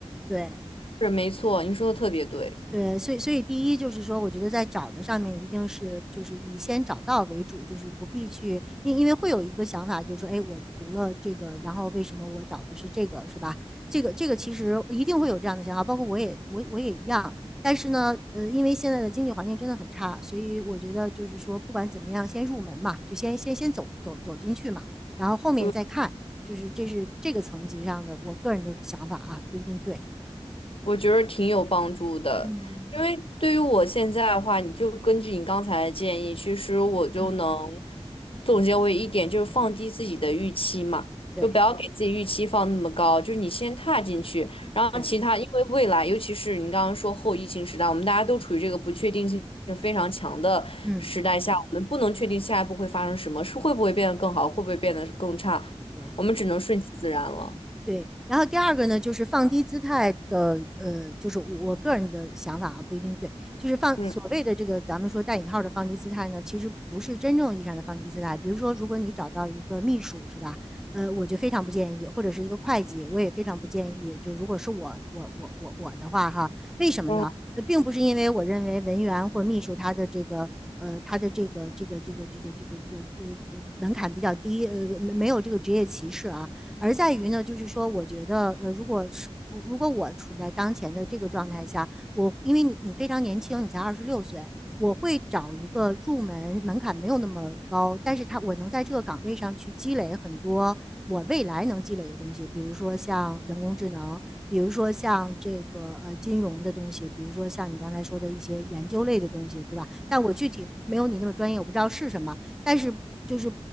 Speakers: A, in the centre; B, on the left.
A: 对，
B: 是没错，您说的特别对，
A: 对，所以所以第一就是说，我觉得在找的上面一定是就是以先找到为主，就是不必去，因因为会有一个想法，就是说，哎，我读了这个，然后为什么我找的是这个，是吧？这个这个其实一定会有这样的想法，包括我也我我也一样。但是呢，呃，因为现在的经济环境真的很差，所以我觉得就是说，不管怎么样，先入门嘛，就先先先走走走进去嘛，然后后面再看，
B: 对，
A: 就是这是这个层级上的我个人的想法啊，不一定对。
B: 我觉得挺有帮助的，
A: 嗯。
B: 因为对于我现在的话，你就根据你刚才的建议，其实我就能
A: 嗯，
B: 总结为一点，就是放低自己的预期嘛，就不要给自己预期放那么高，
A: 对
B: 就是你先踏进去，然后其他，
A: 对。
B: 因为未来，尤其是你刚刚说后疫情时代，我们大家都处于这个不确定性非常强的时代下，
A: 嗯，
B: 我们不能确定下一步会发生什么，是会不会变得更好，会不会变得更差，
A: 对
B: 我们只能顺其自然了。
A: 对。然后第二个呢，就是放低姿态的，呃，就是我我个人的想法啊，不一定对。就是放所谓的这个咱们说带引号的放低姿态呢，
B: 嗯
A: 其实不是真正意义上的放低姿态。比如说，如果你找到一个秘书，是吧？呃，我就非常不建议，或者是一个会计，我也非常不建议。就如果是我我我我我的话哈，为什么呢？
B: 嗯。
A: 呃，并不是因为我认为文员或秘书他的这个。呃，他的这个这个这个这个这个这个呃呃门槛比较低，呃，没没有这个职业歧视啊，而在于呢，就是说，我觉得呃，如果是如果我处在当前的这个状态下，我因为你你非常年轻，你才二十六岁，我会找一个入门门槛没有那么高，但是它我能在这个岗位上去积累很多我未来能积累的东西，比如说像人工智能，比如说像这个呃金融的东西，比如说像你刚才说的一些研究类的东西，对吧？但我具体没有你那么专业，我不知道是什么，但是就是